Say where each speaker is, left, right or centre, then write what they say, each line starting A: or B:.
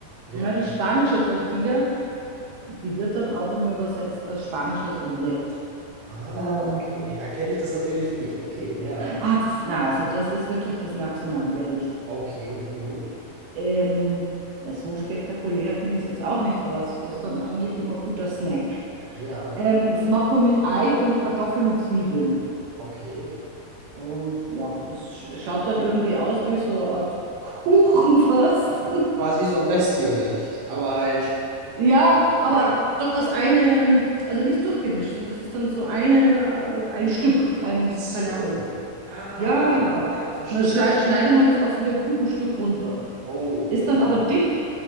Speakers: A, on the right (about 60°); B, on the right (about 75°).
A: Ja.
B: Na, die spanische Tortilla, die wird dann auch immer übersetzt als spanisches Omelett.
A: Ah,
B: Ähm,
A: okay. Ne, dann kenne ich das natürlich nicht. Okay, ja.
B: ah, das, na, also das ist wirklich das Nationalgericht.
A: Okay, gut.
B: Ähm, ja, so spektakulär finde ich es jetzt auch nicht, aber es ist dann eigentlich immer guter Snack.
A: Ja,
B: Ähm, das macht man mit Ei und Kartoffeln und Zwiebeln.
A: okay.
B: Und ja, es sch- schaut dann irgendwie aus wie so eine Art Kuchen
A: Wie
B: fast. <laughs>
A: quasi wie so ein Resti oder nicht? Aber halt
B: Ja, aber
A: ja.
B: doch als eine, also nicht durchgemischt, und das ist dann so eine, äh, ein Stück, ein,
A: Ach so.
B: keine Ahnung.
A: Ah,
B: Ja,
A: okay.
B: genau.
A: Ja, verstehe.
B: Und dann schrei- schneidet man das auch so wie ein Kuchenstück runter.
A: Oh, okay,
B: ist dann
A: ja.
B: aber dick